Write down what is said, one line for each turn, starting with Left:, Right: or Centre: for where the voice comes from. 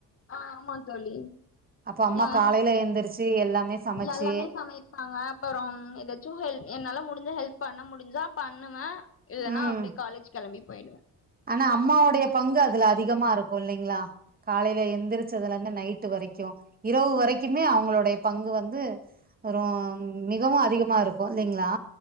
Left: ஆ ஆமா தோழி
Right: அப்ப அம்மா
Left: எ
Right: காலையில எந்திரிச்சு எல்லாமே சமைச்சு
Left: எல்லாமே சமைப்பாங்க அப்பறோ எதாச்சு ஹெல் என்னால முடிஞ்ச ஹெல்ப் பண்ண முடிஞ்சா பண்ணுவே இல்லனா
Right: ம்
Left: அப்டியே காலேஜ் கெளம்பி போயிடுவ
Right: ஆனா அம்மாவுடைய பங்கு அதுல அதிகமா இருக்கு இல்லிங்களா காலைல எந்திரிச்சதுல இருந்து நைட்டு வரைக் க்கு இரவு வரைக்குமே அவங்களுடைய பங்கு வந்து ரொ மிகவு அதிகமா இருக்கு இல்லிங்களா